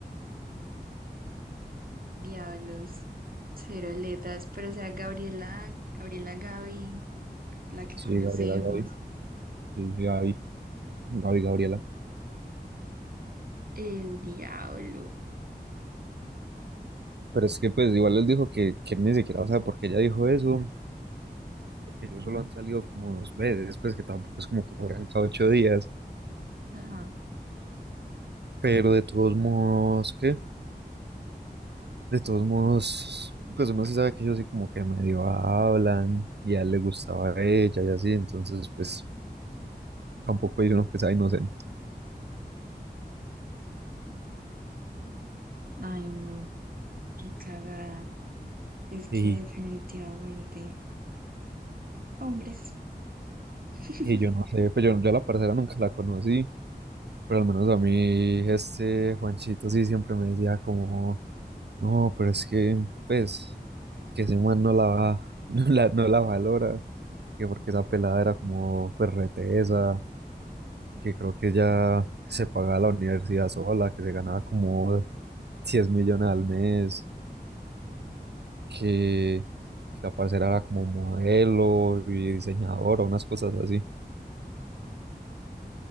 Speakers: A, on the right (about 60°); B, on the right (about 85°).
A: Diablos, cero aletas, pero o sea, Gabriela, Gabriela Gaby, la que
B: sí,
A: conocemos,
B: Gabriela, Gaby, sí, Gaby, Gaby, Gabriela.
A: el diablo.
B: Pero es que pues igual él dijo que, que él ni siquiera sabe por qué ella dijo eso, que ellos solo han salido como dos veces, pues que tampoco es como que arranca ocho días.
A: Ajá.
B: Pero de todos modos, ¿qué? De todos modos, pues uno sí sabe que ellos sí como que medio hablan y a él le gustaba a ella y así, entonces pues tampoco hay uno que sea inocente.
A: Ay, no, qué cagada. Es que
B: Y,
A: definitivamente, hombres. <laughs>
B: y yo no sé, pues yo, yo a la parcera nunca la conocí, pero al menos a mí este Juanchito sí siempre me decía como, no, pero es que pues que ese man no la, va- <laughs> no la, no la valora, que porque esa pelada era como pues retesa que creo que ya se pagaba la universidad sola, que se ganaba como 10 millones al mes, que, que la parcera era como modelo y diseñadora, unas cosas así.